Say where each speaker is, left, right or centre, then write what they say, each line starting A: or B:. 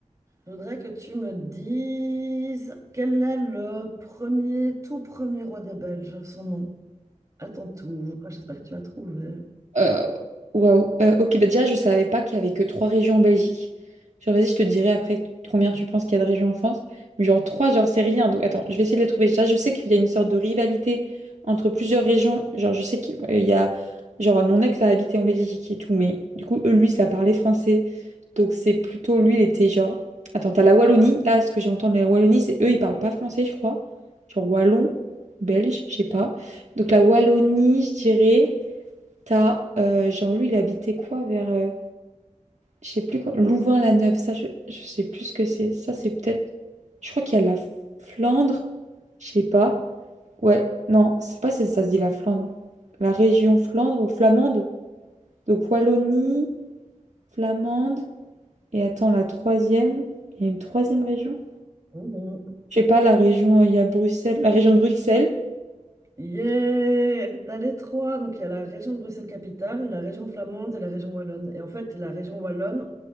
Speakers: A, on the right (about 25°); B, on the right (about 65°).
A: je voudrais que tu me dises quel est le premier, tout premier roi des Belges, son nom, à ton tour. Ah, J'espère que tu as trouvé.
B: Euh, Waouh. Euh, ok, bah déjà, je savais pas qu'il y avait que trois régions en Belgique. Genre, vas-y, je te dirai après combien tu penses qu'il y a de régions en France. Mais genre, trois, genre, c'est rien. Donc, attends, je vais essayer de les trouver. Déjà, je sais qu'il y a une sorte de rivalité entre plusieurs régions. Genre, je sais qu'il euh, il y a. Genre, euh, mon ex a habité en Belgique et tout, mais du coup, eux, lui, ça parlait français. Donc, c'est plutôt lui, il était genre. Attends, t'as la Wallonie. Là, ce que j'entends de la Wallonie, c'est eux, ils parlent pas français, je crois. Genre, wallon, belge, je sais pas. Donc, la Wallonie, je dirais. T'as, euh, genre, lui, il habitait quoi vers, euh, je sais plus quoi, Louvain-la-Neuve, ça, je, je sais plus ce que c'est. Ça, c'est peut-être, je crois qu'il y a la Flandre, je sais pas. Ouais, non, c'est pas si ça se dit la Flandre. La région Flandre ou Flamande. Donc Wallonie, Flamande, et attends, la troisième, il y a une troisième région?
A: Mhm.
B: Je sais pas, la région, euh, il y a Bruxelles, la région de Bruxelles,
A: Yeah! T'as les trois. Donc, il y a la région de Bruxelles-Capitale, la région flamande et la région wallonne. Et en fait, la région wallonne,